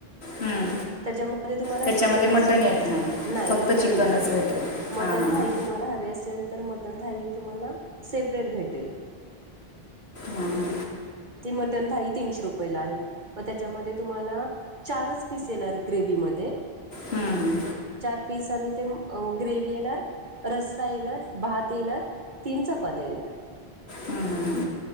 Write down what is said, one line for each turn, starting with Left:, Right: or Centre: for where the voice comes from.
Left: हम्म.
Right: त्याच्यामध्ये तुम्हाला
Left: त्याच्यामध्ये
Right: चिकनच
Left: मटण
Right: भेटेल
Left: येत
Right: नाही
Left: फक्त
Right: मटन
Left: चिकनच
Right: नाही
Left: भेटेल
Right: मटन
Left: हां हां
Right: थाइ
Left: हां
Right: तुम्हाला हवे असेल तर मटन थाई ह तुम्हाला सेपरेट भेटेल.
Left: हां ह.
Right: तमटन थ तनश रुपय म त्याच्यामध्ये तुम्हाला चारच पीस येणार ग्रेव म
Left: हम्
Right: चार पीस आणि ते ग्रेव्ही येणार रस्सा येणार भात येणार तीन चपात्या येणार
Left: हम्म. हम्म.